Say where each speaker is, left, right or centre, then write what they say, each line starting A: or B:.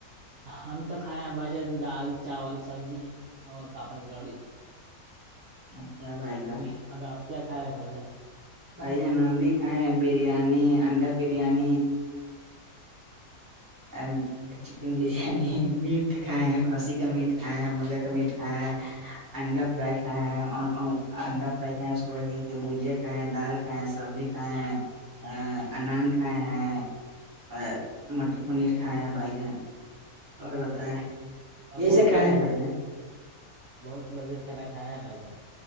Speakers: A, on the right; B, on the right.
A: ہم تو کھائے ہیں بھجن دال چاول سبزی اور پاپا تلوڑی
B: اچھا رائ جان <inaudible>
A: اگر آپ کیا کھائے ہیں بھائی جان <inaudible>
B: بھ جان بھی <inaudible> ہ بریانی انڈا بریانی <inaudible> چکن بریانی ہے میٹ کھائے ہیں کھسی کا میٹ کھاائے ہیں مرغ کا میٹ کھایا ہے <inaudible> انڈا فرائی کھائے ہیں اور انڈا فرائی کھائے اس کے بعد یہ بجیا <inaudible> کھائے ہیں دال کھائے ہیں سبزی کھائے ہیں ا انان کھائے ہیں اور مٹر پنیر کھائے ہیں بھائی جان
A: ہوں
B: اور بتائیں
A: اور
B: یہی
A: بہتلا
B: سے کھائے ہیں
A: جی
B: بھائی
A: <inaudible>
B: جان
A: بہت لذیذ کھانا کھائے ہیں بھائی جان